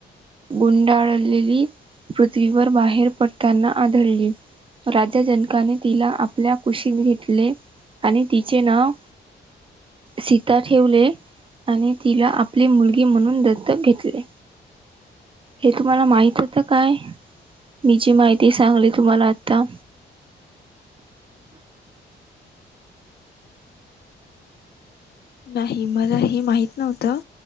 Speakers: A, on the right (about 30°); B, on the left (about 60°).
A: गुंडाळलेली पृथ्वीवर बाहेर पडताना आढळली. राजा जनकाने तिला आपल्या कुशीत घेतले. आणि तिचे नाव सीता ठेवले आणि तिला आपली मुलगी म्हणून दत्त घेतले हे तुम्हाला माहित होतं काय मी जी माहिती सांगली तुम्हाला आता
B: नाही मला हे माहित नव्हतं